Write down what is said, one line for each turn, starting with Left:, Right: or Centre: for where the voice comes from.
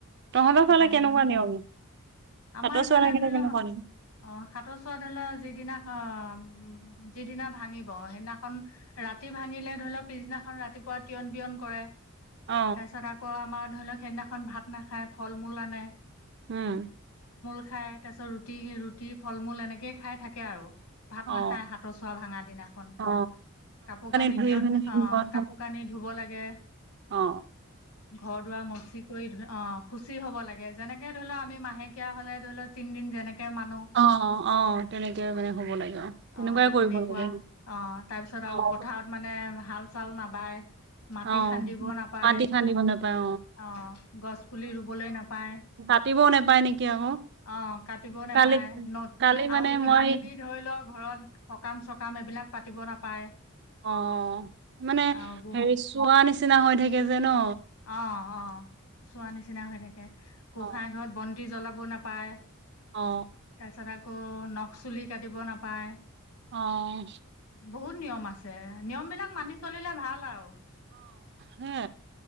Right: তহঁতৰ
Left: সেইকাৰণে
Right: ফালে কেনেকুৱা
Left: মানে
Right: নিয়ম
Left: আমাৰ
Right: সাতৰ
Left: এইফালে
Right: চোৱা লাগিলে
Left: ধৰি লও
Right: কেনেকুৱা
Left: অ
Right: নিয়ম
Left: সাতৰ চোৱা ধৰি লোৱা যিদিনা উ যিদিনা ভাঙিব সেইদিনাখন ৰাতি ভাঙিলে ধৰি লওক পিছদিনাখন ৰাতিপুৱা তিয়ন বিয়ন কৰে
Right: অ
Left: তাৰপিছত আকৌ আমাৰ ধৰি লওক সেইদিনাখন ভাত নাখায় ফল মূল আনে
Right: উম
Left: খাই তাৰ পিছত ৰুটি ৰুটি ফল মূল এনেকেই খাই থাকে আৰু ভাত
Right: অ
Left: নাখায় হাতৰ চোৱা ভাঙা দিনাখন
Right: অ
Left: কাপোৰ কানি
Right: ধুই
Left: তিয়ন
Right: মেলি
Left: অ
Right: ঘৰ
Left: কাপোৰ কানি ধ লাগে
Right: অ
Left: ঘৰ দুৱাৰ মচি কৰি ধু অ শুচি হব লাগে যেনেকে ধৰি লও আমি মাহেকীয়া হলে ধৰি লও তিনদিন যেনেকে মানো
Right: অ অ তেনেকে মানে হ'ব লাগে তেনেকুৱাই
Left: অ
Right: কৰিব
Left: তেনেকুৱা
Right: লাগে
Left: অ তাৰপিছত
Right: অ
Left: আৰু পথাৰত মানে হাল চাল ন বাই মাটি
Right: অ
Left: খান্দিব নাপায়
Right: মাটি খান্দিব নাপায়
Left: অ গছ পুলি ৰুবলৈ নাপায়
Right: কাটতিবও নোপায় নেকি আকৌ
Left: অ কাটিবও নাপায়
Right: কালি
Left: ন
Right: কালি মানে
Left: আৰু কিবা
Right: মই
Left: কিবি ধৰি লওক ঘৰত সকাম-চকাম এইবিলাক পাতিব নাপায়।
Right: অ মানে
Left: অ', গো
Right: হেৰি চোৱা নিচিনা হৈ থাকে যে ন।
Left: অ অ চোৱা নিচিনা হৈ থাকে, গোসাইই
Right: অ
Left: ঘৰত বন্তি জ্বলাব ব নাপায়।
Right: অ
Left: তাৰপিছত আকৌ নখ চুলি কাটিব নাপায়।
Right: আহ
Left: বহুত নিয়ম আছে, নিয়ম বিলাক মানি চলিলে ভাল আৰু
Right: হে